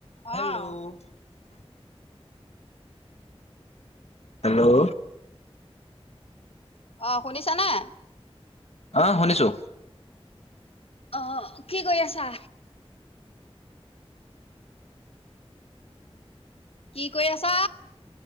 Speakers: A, on the left; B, on the left.
A: অহ
B: হেল্ল', <unintelligible> হেল্ল',
A: অহ শুনিছানে?
B: অহ শুনিছো।
A: অ, কি কৰি আছা? কি কৰি আছা?